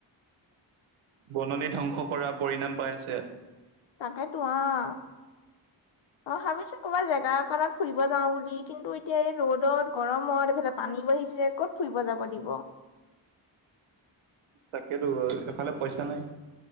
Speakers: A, on the right; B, on the left.
A: বননি ধ্বংস কৰা পৰিণাম পাই আছে।
B: তাকেতো অ', অ', ভাবিছো ক'বা জেগাত দোকানত ফুৰিব যাওঁ বুলি কিন্তু এতিয়া এই ৰ'দত গৰমত এইফালে পানী বাহিছে ক'ত ফুৰিব যাব দিব।
A: তাকেতো <unintelligible> এফালে পইচা নাই।